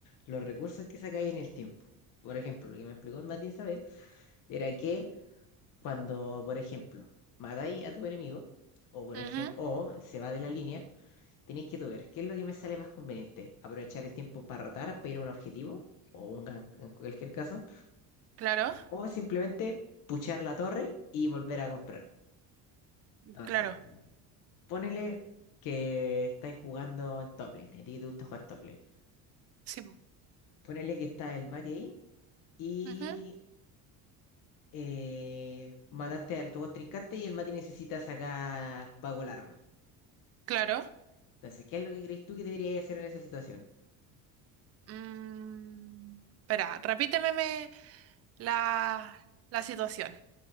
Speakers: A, on the left; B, on the right.
A: los recursos que sacáis en el tiempo. Por ejemplo, lo que me explicó el Mati esa vez era que cuando, por ejemplo, matáis a tu enemigo, o por
B: Ujú,
A: ejemplo, o se va de la línea, Tenéis que tú ver qué es lo que me sale más conveniente. Aprovechar el tiempo para rotar, para ir a un objetivo, o un gank en cualquier caso,
B: Claro,
A: o simplemente puchar la torre y volver a comprar. Entonces,
B: claro,
A: ponele que estáis jugando en top lane, y a ti te gusta jugar top lane.
B: sí, po.
A: Ponele que está el Mati ahí y
B: Ujú,
A: eh, mataste al tu contrincante y el Mati necesita sacar vago larva.
B: claro.
A: Entonces, ¿qué es lo que crees tú que deberías hacer en esa situación?
B: Mm, espera, repíteme me- la, la situación.